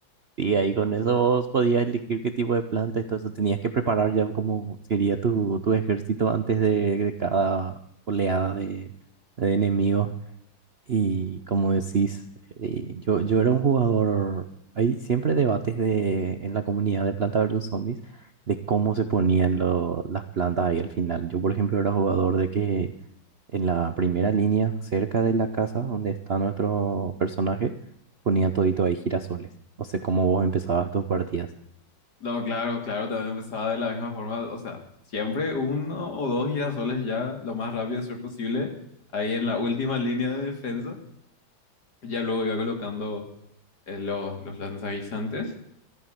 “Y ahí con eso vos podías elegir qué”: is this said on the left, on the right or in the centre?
Right